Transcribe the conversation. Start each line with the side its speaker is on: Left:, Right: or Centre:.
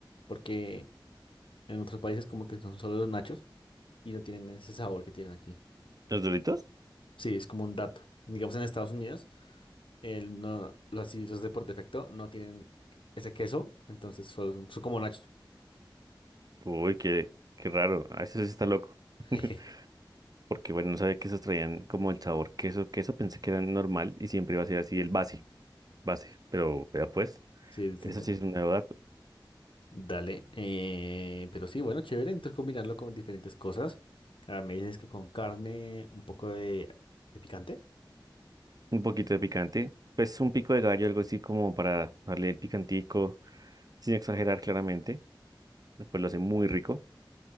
Left: porque en otros países como que son solo los nachos y no tienen ese sabor que tienen aquí.
Right: ¿Los Doritos?
Left: Sí, es como un dato. Digamos, en Estados Unidos, el no, los así, de por defecto no tienen ese queso, entonces solo son, son como nachos.
Right: Uy, qué, qué raro. A eso sí está
Left: Sí,
Right: loco.
Left: <laughs>
Right: <laughs> Porque bueno, no sabía que esos traían como el sabor queso. Queso pensé que era normal y siempre iba a ser así el base, base. Pero vea pues,
Left: Sí, es distinto.
Right: eso sí es un nuevo dato.
Left: Dale. eh, pero sí, bueno, chévere. Entonces combinarlo con diferentes cosas. Ahora me dices que con carne, un poco de, de picante.
Right: Un poquito de picante. Pues un pico de gallo, algo así como para darle el picantico, sin exagerar claramente. Después lo hace muy rico.